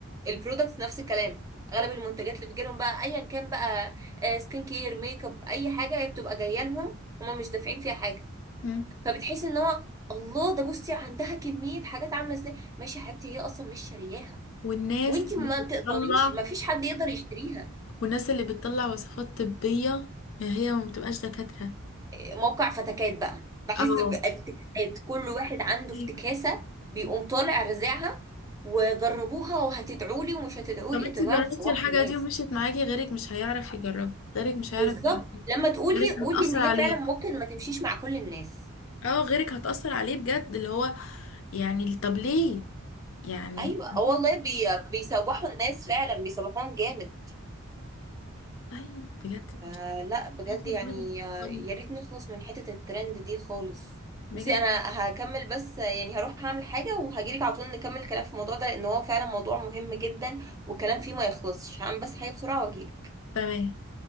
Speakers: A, on the right (about 15°); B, on the left (about 65°).
A: البرودكتس نفس الكلام اغلب المنتجات اللي بتجي لهم بقى ايا كان بقى آه، سكين كير ميك اب اي حاجه هي بتبقى جايه لهم هم مش دافعين فيها حاجه
B: مم.
A: فبتحس ان هو الله ده بصي عندها كميه حاجات عامله ازاي ماشي يا حبيبتي هي اصلا مش شارياها
B: والناس
A: وانتي
B: اللي
A: ما
B: بتطلع
A: تقدريش ما فيش حد يقدر يشتريها
B: والناس اللي بتطلع وصفات طبيه هي ما بتبقاش دكاتره
A: موقع فتكات بقى بحس
B: اه
A: بافتكاسات كل واحد عنده
B: أيوة.
A: افتكاسة بيقوم طالع رزعها وجربوها وهتدعوا لي ومش هتدعوا
B: طب
A: لي
B: انت
A: انتوا
B: جربتي
A: يا جماعة بتسوحوا
B: الحاجه
A: الناس
B: دي ومشيت معاكي غيرك مش هيعرف يجربها غيرك مش هيعرف
A: بالظبط
B: يعمل
A: لما تقولي
B: غيرك
A: قولي
B: هتأثر
A: ان هي
B: عليه
A: فعلا ممكن ما تمشيش مع كل الناس
B: اه غيرك هتأثر عليه بجد اللي هو يعني طب ليه يعني
A: ايوه اه والله بي... بيسوحوا الناس فعلا بيسوحوهم جامد
B: طيب بجد
A: آه
B: مش
A: لا بجد
B: عارفه
A: يعني
B: ازاي بفكروا.
A: آه يا ريت نخلص من حتة الترند دي خالص
B: بجد
A: بصي انا هكمل بس آه، يعني هروح هعمل حاجة وهجيلك على طول نكمل الكلام في الموضوع ده لان هو فعلا موضوع مهم جدا والكلام فيه ما يخلصش هعمل بس حاجة بسرعة واجيلك
B: تمام